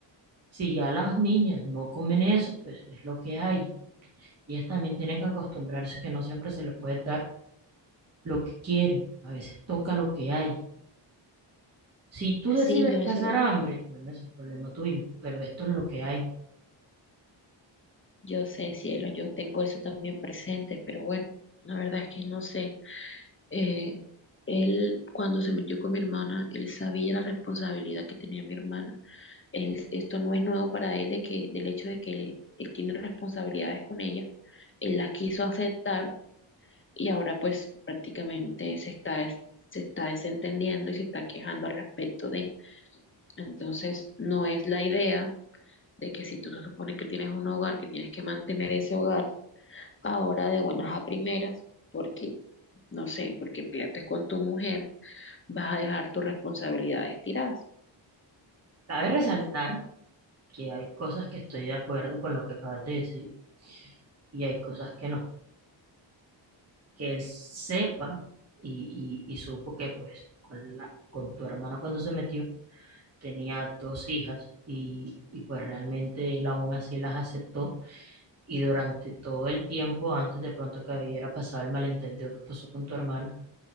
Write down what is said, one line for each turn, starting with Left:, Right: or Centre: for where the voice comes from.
Right: Si ya las niñas no comen eso, pues es lo que hay. Ellas también tienen que acostumbrarse que no siempre se les puede dar lo que quieren. A veces toca lo que hay. Si tú decides
Left: Sí, yo eso
Right: pasar
Left: lo,
Right: hambre, bueno, ese es problema tuyo, pero esto es lo que hay.
Left: yo sé, cielo, yo tengo eso también presente, pero bueno, la verdad es que no sé. Eh, él, cuando se metió con mi hermana, él sabía la responsabilidad que tenía mi hermana. Él, esto no es nuevo para él de que, del hecho de que él, él tiene responsabilidades con ella. Él las quiso aceptar y ahora pues prácticamente se está, des- se está desentendiendo y se está quejando al respecto de. Entonces, no es la idea de que si tú se supone que tienes un hogar, que tienes que mantener ese hogar ahora de buenas a primeras, porque, no sé, porque peleaste con tu mujer vas a dejar tus responsabilidades tiradas.
Right: Cabe resaltar que hay cosas que estoy de acuerdo con lo que acabas de decir y hay cosas que no. Que él sepa y, y- y supo que pues con la, con tu hermana cuando se metió tenía dos hijas y, y pues realmente él aún así las aceptó Y durante todo el tiempo, antes de pronto que hubiera pasado el malentendido que pasó con tu hermana,